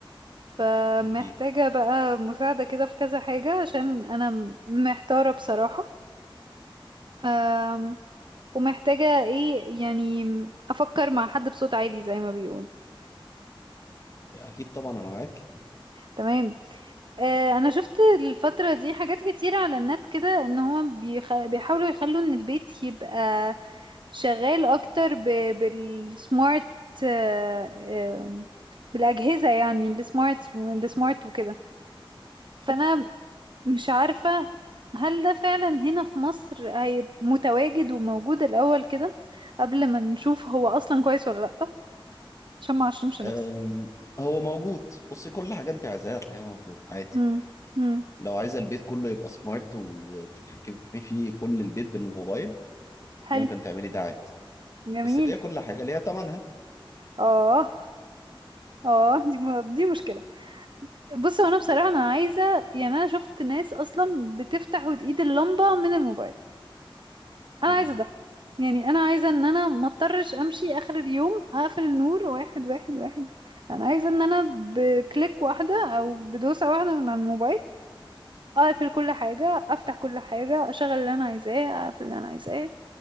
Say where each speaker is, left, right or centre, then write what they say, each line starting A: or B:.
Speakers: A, on the right (about 60°); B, on the left (about 35°).
A: فمحتاجة
B: اكيد
A: بقى مساعدة كده في كذا حاجة عشان انا محتارة بصراحة آم، ومحتاجة ايه يعني افكر مع حد بصوت عالي زي ما بيقول
B: اكيد طبعا انا معاك
A: تمام آه، انا شفت الفترة دي حاجات كتيرة على النت كده ان هو بيخ... بيحاولوا يخلوا ان البيت يبقى شغال اكتر ب... بالسمارت آه، آه، بالاجهزة يعني السمارت والسمارت وكده فانا مش عارفة هل ده فعلا هنا في مصر هيبقى متواجد وموجود الاول كده قبل ما نشوف هو اصلا كويس ولا لا عشان ما اعشمش نفسي
B: أم، هو موجود بصي كل حاجه انت عايزاها هتلاقيها موجود عادي
A: امم امم
B: لو عايزه البيت كله يبقى سمارت وتتحكمي فيه كل البيت بالموبايل
A: حلو
B: ممكن تعملي ده عادي
A: جميل
B: بس هي كل حاجه ليها ثمنها
A: اه اه دي م- دي مشكلة بص هو انا بصراحة انا عايزة يعني انا شفت ناس اصلا بتفتح وتقيد اللمبة من الموبايل انا
B: مم.
A: عايزة ده يعني انا عايزة ان انا ما اضطرش امشي اخر اليوم اقفل النور واحد واحد واحد انا عايزة ان انا بكليك واحدة او بدوسة واحدة من على الموبايل اقفل كل حاجة افتح كل حاجة اشغل اللي انا عايزاه اقفل اللي انا عايزاه